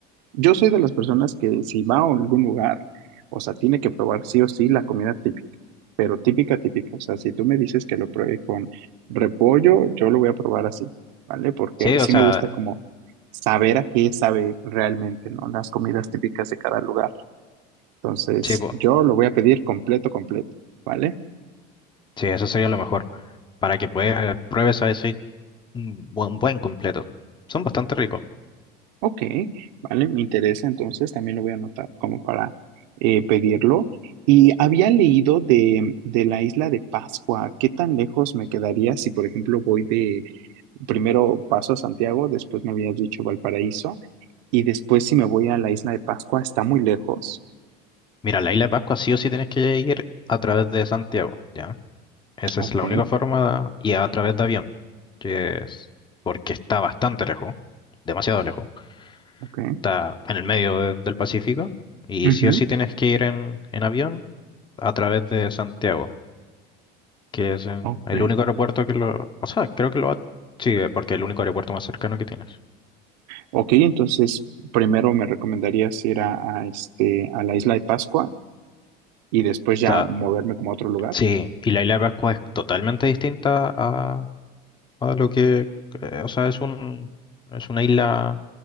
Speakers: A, on the right (about 80°); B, on the left (about 20°).
A: Yo soy de las personas que si va a algún lugar, o sea, tiene que probar sí o sí la comida típica, pero típica, típica. O sea, si tú me dices que lo pruebe con repollo, yo lo voy a probar así, ¿vale? Porque
B: Sí,
A: a mí
B: o
A: sí
B: sea,
A: me gusta como saber a qué sabe realmente, ¿no? Las comidas típicas de cada lugar. Entonces,
B: sí, po-
A: yo lo voy a pedir completo, completo, ¿vale?
B: sí, eso sería lo mejor, para que puedas, pruebes a decir un buen, buen completo. Son bastante ricos.
A: Ok, vale, me interesa, entonces también lo voy a anotar como para eh, pedirlo. Y había leído de, de la isla de Pascua, ¿qué tan lejos me quedaría si, por ejemplo, voy de, primero paso a Santiago, después me habías dicho Valparaíso, y después si me voy a la isla de Pascua, ¿está muy lejos?
B: Mira, la isla de Pascua sí o sí tienes que ir a través de Santiago, ¿ya? Esa
A: Ok,
B: es la única forma, y a través de avión, que es porque está bastante lejos, demasiado lejos.
A: ok,
B: está en el medio de- del Pacífico y
A: ujú,
B: sí o sí tienes que ir en, en avión a través de Santiago, que es en-
A: ok.
B: el único aeropuerto que lo... O sea, creo que lo va... Sí, porque es el único aeropuerto más cercano que tienes. O
A: Ok, entonces primero me recomendarías ir a, a, este, a la isla de Pascua y después ya
B: sea,
A: moverme como a otro lugar.
B: sí, y la isla de Pascua es totalmente distinta a, a lo que... eh, o sea, es un, es una isla